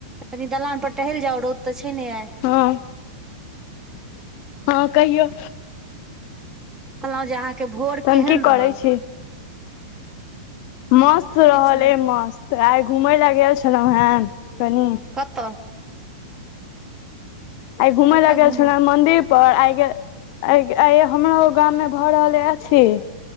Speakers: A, on the right (about 15°); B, on the left (about 50°).
A: कनी दलान पर टहल जाउ रौद तऽ छै ने आई।
B: हँ, हँ, कहियो?
A: कहलहूँ जे अहाँ‌केँ भोर
B: तहन
A: केहन
B: की
A: रहल।
B: करै छी मस्त रहल
A: किछ नहि
B: ऐ मस्त, आइ घूमय ल गेल छलहुँ है कनी
A: कतऽ।
B: आइ घुमे
A: कतऽ
B: लेय
A: घुमय
B: गेल छलह ने मन्दिर। पर आबे हमरो ओ गाम मे भऽ रहल अछि।